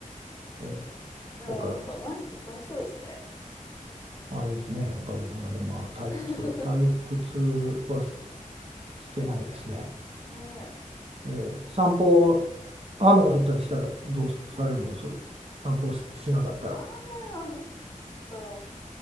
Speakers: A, on the right; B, on the left.
A: で、ええ、
B: いや、
A: おかげです。
B: なんか毎日楽しそうですね。
A: 毎日ね、おかげさまで、まあ、退屈、
B: <laughs>
A: 退屈はししてないですね。
B: ねえ。
A: ええ、散歩、雨が降ったりしたらどうされるんです
B: うん。
A: 散歩し、しなかったら。
B: 雨が降った